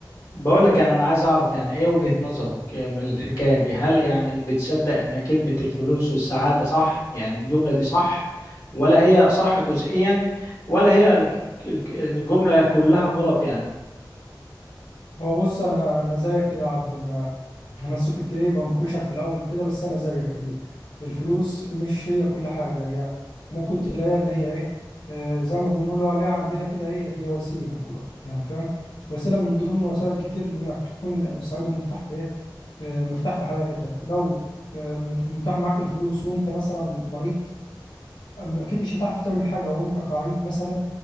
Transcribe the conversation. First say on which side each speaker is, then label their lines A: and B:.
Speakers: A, on the left (about 40°); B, on the left (about 75°).
A: بقول لك يعني انا عايز اعرف يعني ايه وجهة نظرك من الحكاية دي هل يعني بتصدق ان كلمة الفلوس والسعادة صح يعني الجملة دي صح ولا هي صح جزئيا ولا هي الك- الك- الجملة كلها غلط يعني
B: هو بص انا انا زيك كده يا عبدو انا انا بس كنت ايه بنكشك في الاول كده بس انا زيك ال- الفلوس مش هي كل حاجه هي ممكن تلاقيها اللي هي ايه آه زي ما بنقولوا عليها عندنا كده ايه هي وسيله أو- يعني فاهم وسيله من ضمن وسائل كتير لانك تكون سعيد ومرتاح في ايه آه مرتاح في حياتك لو آه مت- متاح معاك الفلوس وانت مثلا مريض أم- اكيد مش هتعرف تعمل حاجه وانت قاعد مثلا